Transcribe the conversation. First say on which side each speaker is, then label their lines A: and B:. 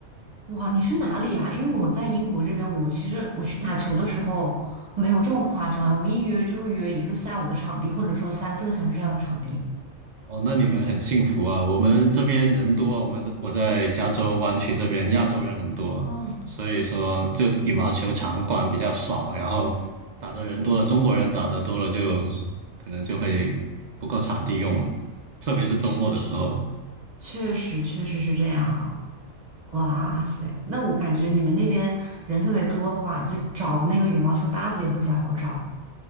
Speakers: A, on the right (about 35°); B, on the right (about 65°).
A: 哇，你是哪里啊？因为我在英国这边，我其实我去打球的时候没有这么夸张，我们一约就会约一个下午的场地，或者说三四个小时这样的场地。
B: 哦，那你们很幸福啊！我们这边人多啊，我们这我在加州湾区这边，亚洲人很多，
A: 哦，
B: 所以说就羽毛球场馆比较少，然后打的人多了，中国人打的多了就，可能就会不够场地用了，特别是周末的时候。
A: 确实，确实，确实是这样。哇塞，那我感觉你们那边人特别多的话，就是找那个羽毛球搭子也会比较好找。